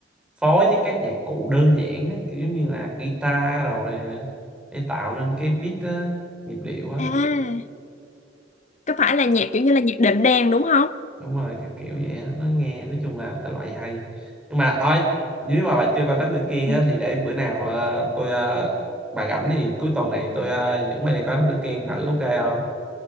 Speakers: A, in the centre; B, on the left.
A: phối với các nhạc cụ đơn giản á, kiểu giống như là guitar rồi nè để tạo nên cái beat á, nhịp điệu á
B: À,
A: kiểu
B: có phải là nhạc kiểu như là nhạc đệm đàn đúng không?
A: đúng rồi kiểu kiểu vậy á nó nghe nói chung là thể loại hay nhưng mà thôi nếu mà bà chưa coi Thám Tử Kiên
B: Ừ.
A: á thì để bữa nào ờ, tôi ờ, bà rảnh thì cuối tuần này tôi ờ, dẫn bà đi coi Thám Tử Kiên thử ok không